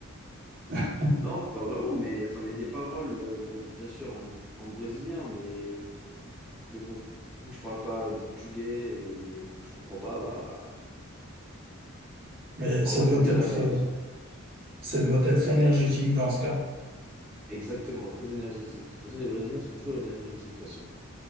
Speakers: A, on the right (about 45°); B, in the centre.
A: <laughs>
B: Non, pas vraiment, mais enfin, il y a des paroles, euh, bien, bien sûr, en, en brésilien, mais, mais bon, vu que je parle pas portugais et que je comprends pas, bah,
A: Mais ça
B: en vrai,
A: doit
B: j'aime bien
A: être,
B: la vibe.
A: euh, ça doit être énergétique dans ce cas.
B: Exactement, très énergétique. De toute façon, les Brésiliens sont toujours énergétiques, de toute façon.